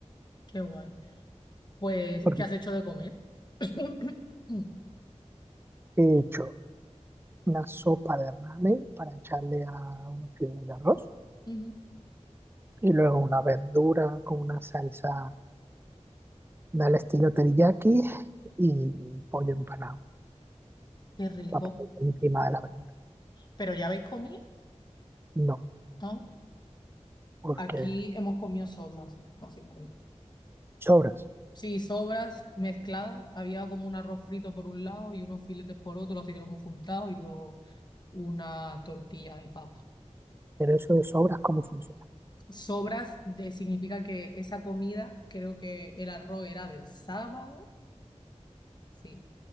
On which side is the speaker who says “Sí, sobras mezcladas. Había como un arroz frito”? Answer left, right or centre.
Left